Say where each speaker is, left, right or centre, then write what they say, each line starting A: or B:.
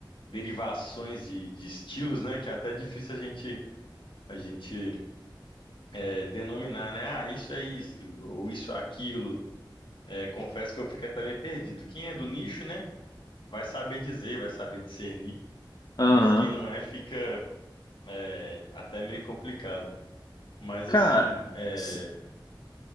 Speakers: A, on the left; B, on the left.
A: derivações de, de estilos, né, que é até difícil a gente, a gente é, denominar, né, ah, isso é isso, ou isso é aquilo. É, confesso que eu fico até meio perdido. Quem é do nicho, né, vai saber dizer, vai saber discernir.
B: aham.
A: Mas quem não é, fica é, até meio complicado. Mas
B: Cara,
A: assim, é,
B: se-